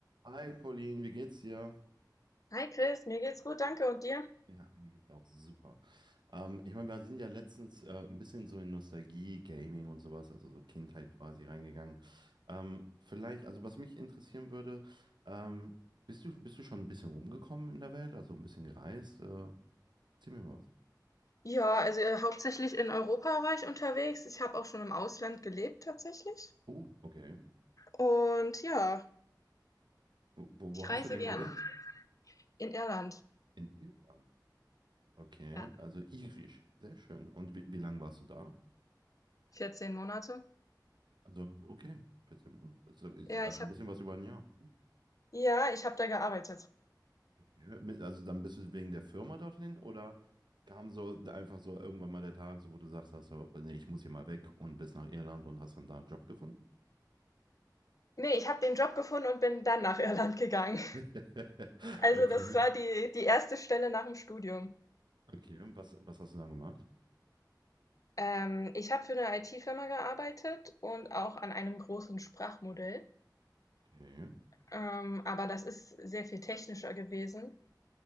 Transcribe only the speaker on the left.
Hi Chris, mir geht's gut, danke. Und dir?
Ja, also äh, hauptsächlich in Europa war ich unterwegs. Ich habe auch schon im Ausland gelebt tatsächlich.
Und ja,
ich
reise
gerne.
In Irland.
Ja,
14 Monate.
Ja,
ich
habe
ja, ich habe da gearbeitet.
Nee, ich habe den Job gefunden und bin dann nach Irland gegangen.
<laughs> Also
das war die, die erste Stelle nach dem Studium.
Ähm, ich habe für eine IT-Firma gearbeitet und auch an einem großen Sprachmodell.
Ähm, aber das ist sehr viel technischer gewesen.